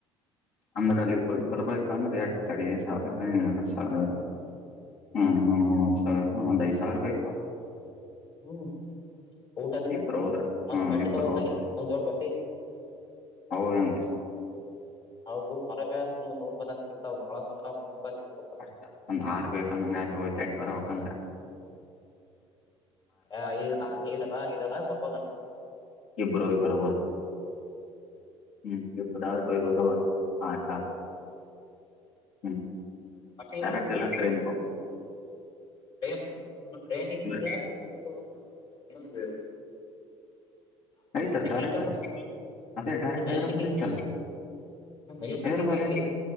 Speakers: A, on the left; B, on the left.
A: ಅಂದ್ರೆ ಅಲ್ಲಿಗ್ ಬರ್ ಬರ್ಬೇಕಂದ್ರೆ <unintelligible> <unintelligible> ಹ್ಮ ಮೂರ್ ಸಾವ್ರ ಒಂದ್ ಐದ್ ಸಾವ್ರ ಬೇಕು.
B: ಹ್ಮ್. ಊಟ ಗೀಟಾ,
A: ಇಬ್ರು ಹೋದ್ರ
B: ಮತ್
A: ಹ್ಮ್
B: ಬಟ್ಟೆ
A: ಇಬ್ರು
B: ತಗೋಬೇಕಲ್ಲಿ
A: ಹೋದ್ರ
B: ಒಂದ್ ಜೋಡ್ ಬಟ್ಟಿ
A: ಅವು ಹೆಂಗ
B: ಅವು ಹೊರಗ ಸುಮರ್ ನೂರ್ ರುಪಾಯ್ದಂಗ್ ಸಿಗ್ತಾವು ಒಳಗ್ ಓದ್ರ ಮುನ್ನೂರ್ ರೂಪಾಯಿ ಜೋಡಿ ಕೊಡ್ತಾರ
A: ಅಷ್ಟ, ಒಂದ್ ಆರ್ ಬೇಕಂದಂಗ್ ಆಯ್ತ್ <unintelligible> ವಕ್ಅಂದ್ರ
B: ಆ ಈಗ್ನಾ ಇದಲ್ಲ ಇದಾಗ ಬರ್ಬೋದ ನೆ <inaudible>
A: ಇಬ್ರೋಗಿ ಬರ್ಬೋದು. ಹ್ಮ್ ಇಬ್ರಾದ್ರ್ ಓಯಿಗ್ ಬರಬೋದ್. ಹಾ ಸಾಕ್ ಹ್ಮ್.
B: <unintelligible>
A: ಡೈರೆಕ್ಟ್
B: ಒಳಗಿಂದ
A: ಎಲ್ಲ
B: ಅಂದ್ರೆ,
A: ಟ್ರೈನ್ಗೆ ಹೋಗ್ಬೇಕು
B: ಟ್ರೈನಾ, ಉ ಟ್ರೈನಿಗಿಂತ
A: ಇಲ್ಲ
B: ಇದಕ್ ಹೋಗ್ಬೇಕು, ಏನೋ ಅಂದೆ?
A: ಐತಲ್ಲ ಡೈರೆಕ್ಟ್
B: ಇಳಿತಾವಲ್ಲ
A: ಆಗ್, ಅದೇ ಡೈರೆಕ್ಟ್
B: ಈ ಮೆಜೆಸ್ಟಿಕ್
A: ಹೈದ್ರಾಬಾದ್
B: ಐತಿ
A: ಐತಲ್ಲ,
B: ಮೆಜೆಸ್ಟಿಕ್
A: ಹೈದ್ರಾಬಾದ್
B: ಐತಿ
A: ಐತ್,